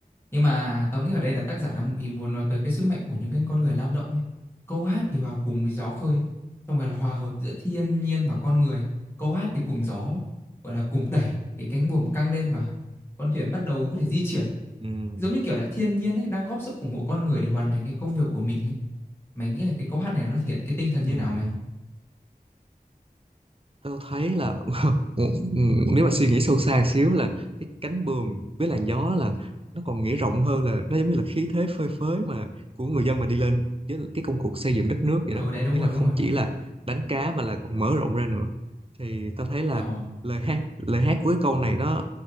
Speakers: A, on the left; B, on the right.
A: Nhưng mà tao nghĩ ở đây là tác giả đang ý muốn nói tới cái sức mạnh của những cái con người lao động ấy. Câu hát thì hòa cùng với gió khơi, xong rồi là hòa hợp giữa thiên nhiên và con người. Câu hát thì cùng gió, gọi là cùng đẩy cái cánh buồm căng lên và con thuyền bắt đầu có thể di chuyển.
B: Ừm,
A: Giống như kiểu là thiên nhiên ấy đang góp sức ủng hộ con người để hoàn thành cái công việc của mình ấy. Mày nghĩ là cái câu hát này nó thể hiện cái tinh thần như
B: ừm,
A: nào mày?
B: tao thấy là Ừ, ừ, nếu mà suy nghĩ sâu xa xíu là cái cánh buồm với làn gió là nó còn nghĩa rộng hơn là nó giống như là khí thế phơi phới mà của người dân mà đi lên với cái công cuộc xây dựng đất nước
A: Ờ
B: vậy đó
A: đấy đúng
B: nghĩa
A: rồi,
B: là
A: đúng
B: không
A: rồi, đúng
B: chỉ
A: rồi.
B: là đánh cá mà là còn mở rộng ra nữa thì tao thấy là
A: Ồ,
B: lời hát lời hát của cái câu này nó